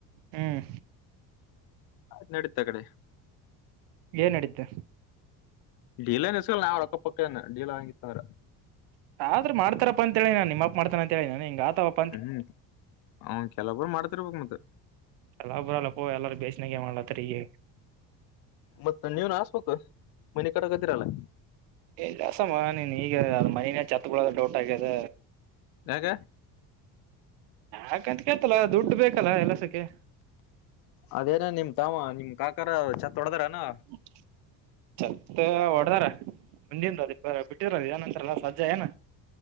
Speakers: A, on the right; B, on the left.
A: ಹ್ಮ್.
B: ಆಯ್ತ ನಡೀತಾ ಅಕಡಿ.
A: ಏನ್ ನಡಿತ.
B: ಡೀಲರ್ ಸಿಗಲ್ಲ್ಲ ನಾವ್ ರೊಕ್ಕ ಪಕ್ಕ ಏನು ಡೀಲ್ ಆಗದಿತ್ತಂದ್ರು.
A: ಆದ್ರ ಮಾಡ್ತಾರಪ್ಪ ಅಂತ ಹೇಳಿ ನನ್ ನಿಮ್ಮಪ್ಪ ಮಾಡ್ತಾರ ಅಂತ ಹೇಳಿ ನನ್ ಹಿಂಗ ಆತಪ್ಪ.
B: ಹ್ಮ್ ಅವ್ ಕೆಲವೊಬ್ಬರು ಮಾಡ್ತಿರ್ಬೇಕಕ್ ಮತ್ತ.
A: ಕೆಲವೊಬ್ಬರು ಅಲ್ಲ ಪೋ ಎಲ್ಲಾರೂ ಬೇಸನ್ಯಾಗ ಮಾಡ್ಲತ್ತರ ಈಗ.
B: ಮತ್ತ ನೀವನ್ ಹಾಸ್ಬೇಕು ಮನಿ ಕಟ್ಟಕೂತ್ತರಲ್ಲ.
A: ಎಲ್ಲಿ ಆಸಮ್ಮ ನೀನ್ ಈಗ ಅ ಮನಿನೆ ಚತ್ತಬೂಳದ ಡೌಟ ಆಗ್ಯದ.
B: ಯಾಕ.
A: ಯಾಕಂತ ಕೇಳ್ತಲ್ಲ ದುಡ್ಡು ಬೇಕಲ್ಲ ಎಲಸಕ್ಕ.
B: ಅದೇನ ನಿಮ್ ತಾಮ ನಿಮ್ ಕಾಕರ ಚತ್ ಹೊಡದಾರೆನಾ.
A: <inaudible> ಚತ್ ಹೊಡದಾರ ಮುಂದಿಂದ ಅದ ಬಿಟ್ಟಿದ್ರಲ್ಲ ಏನಂತರಲ್ಲ ಸಜ್ಜಾ ಏನ.